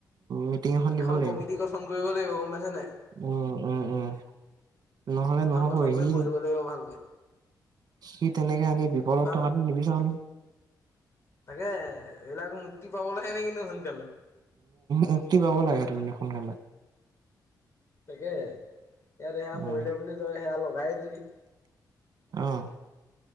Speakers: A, on the right; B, on the left.
A: মিটিং দিব
B: এখন
A: লাগিব
B: কমিটি গঠন কৰিব লাগিব গম পাইছেনে।
A: উম, উম, উম, নহলে নহ'ব।
B: প্ৰথম কৰি
A: সি
B: বহিব লাগিব ভালকে।
A: সি তেনেকে আমি বিপদত
B: ভাল
A: থকাটো
B: হ'ব
A: নিবিচাৰো ন।
B: তাকে এইবাৰ মুক্তি পাবলৈহে নে কিন্তু সোনকালে।
A: মুক্তি পাব লাগে তে সোনকালে।
B: তাকে, ইয়াত সেয়া
A: উম,
B: মৰিলে বুলি তই সেয়া লগাইে দিলি।
A: আহ।